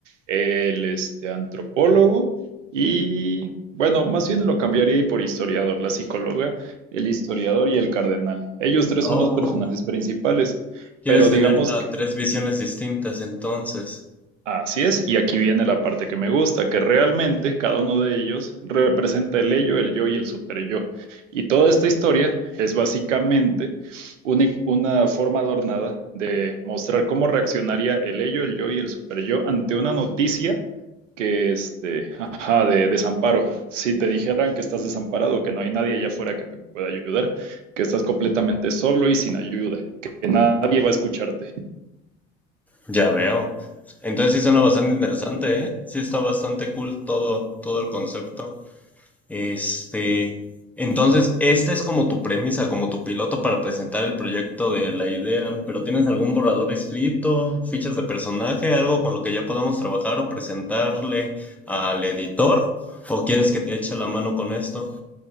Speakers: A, on the right; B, in the centre.
A: el este, antropólogo y, bueno, más bien lo cambiaría por historiador, la psicóloga, el historiador y el cardenal. Ellos tres
B: Oh,
A: son los personajes principales,
B: quieres
A: pero
B: tener
A: digamos
B: ta-
A: que
B: tres visiones distintas entonces.
A: Así es, y aquí viene la parte que me gusta, que realmente cada uno de ellos representa el ello, el yo y el superyo. Y toda esta historia es básicamente una, in- una forma adornada de mostrar cómo reaccionaría el ello, el yo y el superyo ante una noticia que, este, ajá, de desamparo. Si te dijeran que estás desamparado, que no hay nadie allá afuera que te pueda ayudar, que estás completamente solo y sin ayuda, que nadie va a escucharte.
B: Ya veo. Entonces sí suena bastante interesante, ¿eh? Sí está bastante cool todo, todo el concepto. Este, entonces, esta es como tu premisa, como tu piloto para presentar el proyecto de la idea, pero ¿tienes algún borrador escrito, fichas de personaje, algo con lo que ya podamos trabajar o presentarle al editor? ¿O quieres que te eche la mano con esto?